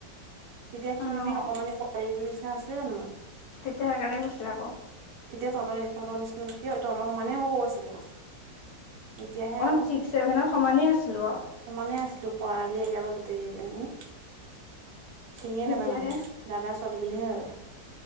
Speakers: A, on the right (about 75°); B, on the left (about 70°).
A: তেতিয়া খিন-মিন
B: অ'।
A: অকণমান পোৱালিটোৰ নিচিনা আছিলো জানো মই।
B: তেতিয়া সেইকাৰণে গৈছিলে আকৌ
A: তেতিয়া তহতৰ তহতৰ নিচিনা তহতৰ সমানে সৰু আছিলো মই। এতিয়াহে
B: অ'
A: আৰু
B: ছিক্স-ছেভেনত সমানেই আছিলোঁ আৰু
A: সমানে আছিলো পৰালি একেবাৰে গোটেইজনী চিনিয়ে
B: এতিয়াহে
A: নাপায় মানুহক। দাদা-ছোৱালী বুলিহে ভাবে